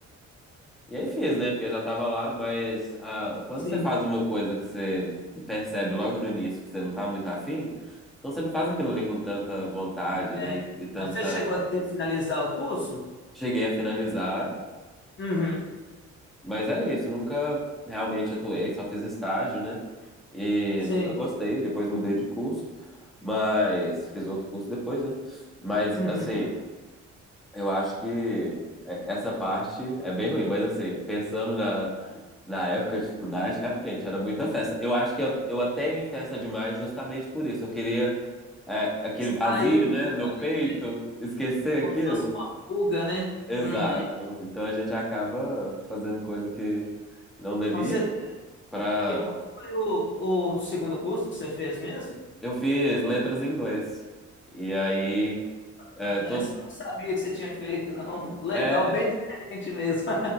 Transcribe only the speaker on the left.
Sim,
é.
Mas você chegou a ter- finalizar o curso?
Uhum.
Sei.
Uhum.
Sair
um
pouco
ali,
né?
Como
se fosse uma fuga, né?
Uhum.
Com certeza.
E qual foi o, o segundo curso que você fez mesmo?
Ana,
essa eu não sabia que você tinha feito, não. Legal,
bem diferente mesmo <laughs>